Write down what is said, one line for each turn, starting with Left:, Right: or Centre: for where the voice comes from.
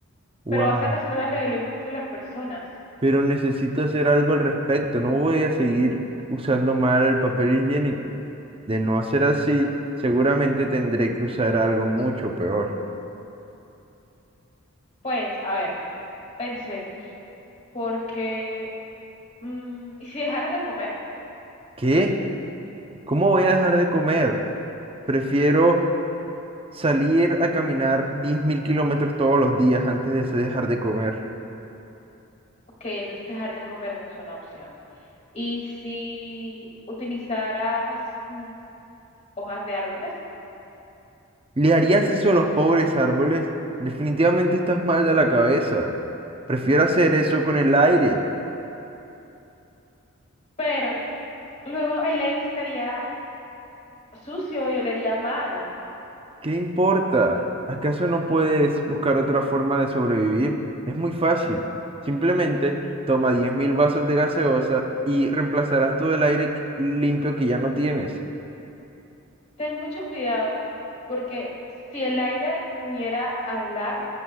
Right: Wow.
Left: pero vas a causar una rebelión contra las personas.
Right: Pero necesito hacer algo al respecto. No voy a seguir usando mal el papel higiénico. De no hacer así, seguramente tendré que usar algo mucho peor.
Left: Pues, a ver, pensemos, porque, mm, ¿y si dejaras de comer?
Right: ¿Qué? ¿Cómo voy a dejar de comer? Prefiero Salir a caminar 10.000 kilómetros todos los días antes de se- dejar de comer.
Left: Ok, entonces dejar de comer no es una opción. ¿Y si utilizaras, mm, hojas de árboles?
Right: ¿Le harías eso a los pobres árboles? Definitivamente estás mal de la cabeza. Prefiero hacer eso con el aire.
Left: Pero Luego el aire estaría sucio y olería mal.
Right: ¿Qué importa? ¿Acaso no puedes buscar otra forma de sobrevivir? Es muy fácil. Simplemente toma 10.000 vasos de gaseosa y reemplazarás todo el aire que- limpio que ya no tienes.
Left: Ten mucho cuidado, porque si el aire pudiera hablar,